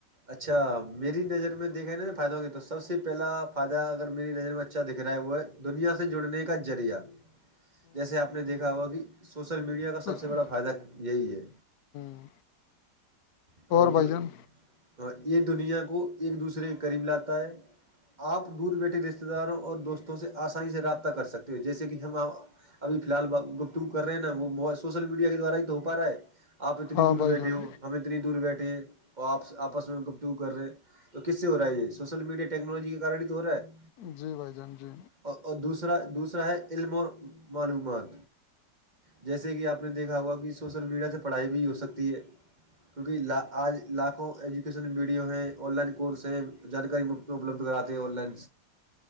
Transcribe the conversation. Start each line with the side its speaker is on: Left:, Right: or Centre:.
Right: اچھا میری نظر میں دیککھ رہ ہے نا نا فائدوں کی تو سب سے پہلا فائدہ اگر میری نظر میں اچھا دکھ رہا ہے وہ ہے دنیا سے جڑنے کا ذریعہ جیسے آپ نے دیکھا ہوا کہ سوشل میڈیا
Left: ہوں
Right: کا سب سے بڑا فائدہ یہی ہے
Left: ہ
Right: اور
Left: بھائی
Right: جو
Left: جان
Right: اور ایک دنیا کو ایک دوسرے کے قریب لاتا ہے آپ دور بیٹھے رشتے داروں اور دوستوں سے آسانی سے رابطہ کر سکتے ہو جیسے کہ ہم ابھیی الحال گفتگو کر رہے نا وہ م سوشل میڈیا کے دوارا ہی تو ہو پا رہا ہے آپ اتنی
Left: ہاں
Right: دور
Left: بھائی
Right: بیٹھے
Left: جان
Right: ہو ہم اتنی دور بیٹھے ہیں اور آپ آپس میں گفتگو کر رہے ہیں تو کس سے ہو رہا ہے یہ سوشل میڈیا ٹیکنالوجی کے کار ہی تو ہو رہا ہے
Left: جی بھائی جان جی
Right: اور دوسرا دوسرا ہے علم اور معلومات جیسے کہ آپ نے دیکھا ہوا کہ سوسل میڈیا سے پڑھائی بھی ہو سکتی ہے کیونکہ آج لاکھوں ایجوکیشن ویڈیو ہیں آن لائن کورس ہیں جانکاری اپلبدھ کراتے ہیں آن لائن